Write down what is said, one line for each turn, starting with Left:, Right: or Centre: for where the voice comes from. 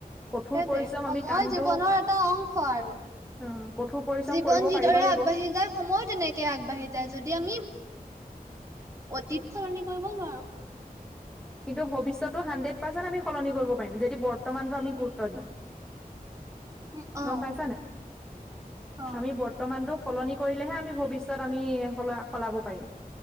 Centre: কঠোৰ
Right: সেইটোৱে,
Centre: পৰিশ্ৰম
Right: সময়
Centre: আমি কামটো
Right: জীৱনৰ এটা অংশ আৰু।
Centre: অ কঠোৰ পৰিশ্ৰম
Right: জীৱন
Centre: কৰিব
Right: যিদৰে
Centre: পাৰিব
Right: আগবাঢ়ি
Centre: লাগিব
Right: যা সময় তেনেকে আগবাঢ়ি যায় যদি আমি অতিত সলনি কৰিব নোৱাৰো।
Centre: কিন্তু ভৱিষ্যতো হাণ্ডৰেড পাৰ্চেণ্ট আমি সলনি কৰিব পাৰিম যদি বৰ্তমানটো আমি গুৰুত্ব দিওঁ।
Right: <inaudible> অ',
Centre: গম পাইছা নাই?
Right: অ',
Centre: আমি বৰ্তমানতটো সলনি কৰিলেহে আমি ভৱিষ্যত আমি সল- সলাব পাৰিম।